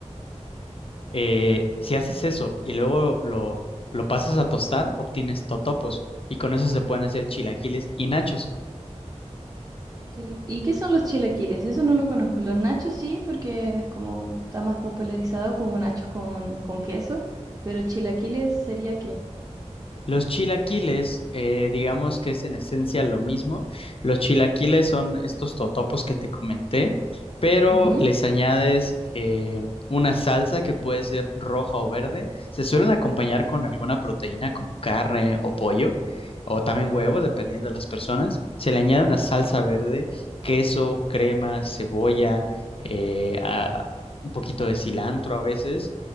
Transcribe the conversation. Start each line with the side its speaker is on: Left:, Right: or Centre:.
Left: Eh, si haces eso y luego lo, lo pasas a tostar, obtienes totopos y con eso se pueden hacer chilaquiles y nachos.
Right: Chile- ¿Y qué son los chilaquiles? Eso no lo conozco. Los nachos sí, porque es como está más popularizado como nachos con, con queso, pero chilaquiles sería qué.
Left: Los chilaquiles, eh, digamos que es en esencia lo mismo. Los chilaquiles son estos totopos que te comenté, pero
Right: que...
Left: les añades eh, una salsa que puede ser roja o verde. Se suelen acompañar con alguna proteína como carne o pollo, o también huevo, dependiendo de las personas. Se le añade una salsa verde, queso, crema, cebolla, eh, a- un poquito de cilantro a veces.